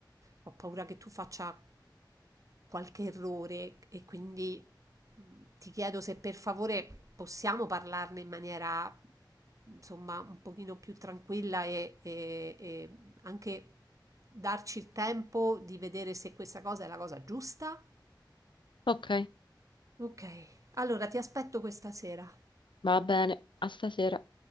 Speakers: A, on the right (about 45°); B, on the left (about 80°).
A: ho paura che tu faccia qualche errore e quindi mh, ti chiedo se per favore possiamo parlarne in maniera insomma un pochino più tranquilla e, e- e anche darci il tempo di vedere se questa cosa è la cosa giusta.
B: ok,
A: Ok, allora ti aspetto questa sera.
B: va bene, a stasera.